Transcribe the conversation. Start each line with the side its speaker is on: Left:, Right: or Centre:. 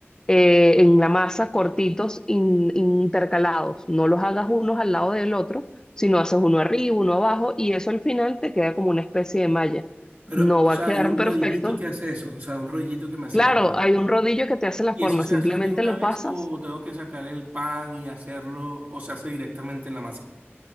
Left: eh, en la masa cortitos in- intercalados. No los hagas unos al lado del otro, sino haces uno arriba, uno abajo y eso al final te queda como una especie de malla.
Right: Pero,
Left: No
Right: o
Left: va
Right: sea,
Left: a quedar
Right: hay un
Left: perfecto.
Right: rodillito que hace eso, o sea, un rodillito que me hace
Left: Claro,
Right: la masa.
Left: hay un rodillo que te hace la
Right: ¿Y
Left: forma,
Right: eso se
Left: simplemente
Right: hace de una
Left: lo
Right: vez
Left: pasas.
Right: o tengo que sacar el pan y hacerlo, o se hace directamente en la masa?